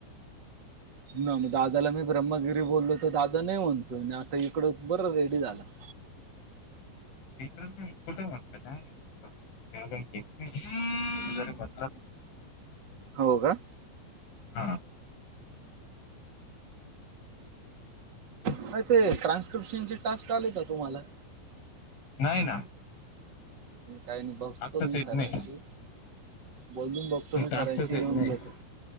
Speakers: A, on the right (about 30°); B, on the left (about 65°).
A: मग दादाला मी ब्रह्मगिरी बोललो तर दादा नाही म्हणतो, आता इकडं बरं रेडी झाला.
B: इ कुठे म्हणत काय माहिती जरी म्हटलं?
A: हो का.
B: हा. ह.
A: नाही ते ट्रान्स्क्रिप्शनचे टस्क आले का तुम्हाला.
B: नाही ना.
A: काय नाही बघतो
B: टास्कच
A: मी
B: येत
A: सारांची,
B: नाही
A: बोलून बघ तुम्ही
B: टास्कच
A: सऱ्यांशी
B: येत
A: येऊन
B: नाही
A: घेतो.